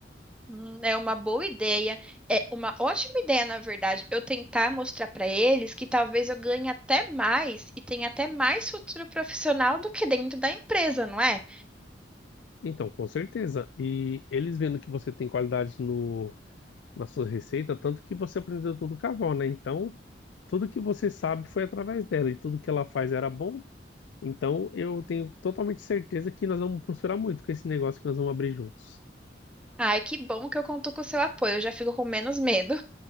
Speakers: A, in the centre; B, on the left.
A: Hum, é uma boa ideia, é uma ótima ideia, na verdade, eu tentar mostrar para eles que talvez eu ganhe até mais e tenha até mais futuro profissional do que dentro da empresa, não é?
B: Então, com certeza. E eles vendo que você tem qualidade no, na sua receita, tanto que você aprendeu tudo com a avó, né? Então, tudo que você sabe foi através dela e tudo que ela faz era bom. Então, eu tenho totalmente certeza que nós vamos prosperar muito com esse negócio que nós vamos abrir juntos.
A: Ai, que bom que eu conto com o seu apoio, eu já fico com menos medo.